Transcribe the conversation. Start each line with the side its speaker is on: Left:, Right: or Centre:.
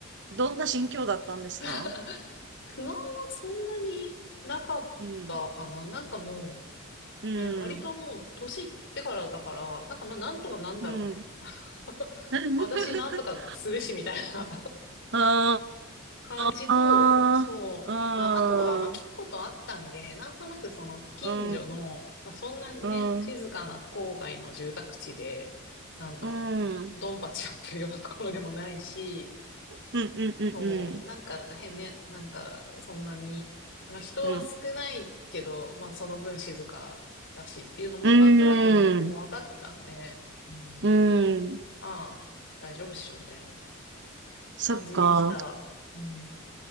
Right: どんな心境だったんですか
Left: <laughs> 不安はそんなになかったかな。
Right: うん。
Left: なんかも
Right: うん。
Left: う、ね、割ともう年いってからだから、なんかまあなんとかなんだろうみたいな。
Right: うん。
Left: <laughs>
Right: <laughs>
Left: 私なんとかするしみたいな
Right: あ
Left: 感じと、
Right: あ、
Left: そう。
Right: うん。
Left: まあ、あとは、まあ、来たことあったんで、なんとなくその近所の、
Right: うん。
Left: まあ、そんなね、
Right: うん。
Left: 静かな郊外の住宅地で、なんか、
Right: うん。うん
Left: ドンパチやってるようなところでもないし、
Right: うんう
Left: そう、
Right: ん
Left: なんか変ね、なんか、そんなに、まあ、人は少ないけど、
Right: うん。
Left: まあ、その分静かだしっていうのも、
Right: うん。
Left: なんとなくもう分かってたんで、
Right: うん。うん
Left: うん、
Right: うん
Left: まあ、大丈夫っしょ、みたいな
Right: そっか。
Left: 感じで来た。うん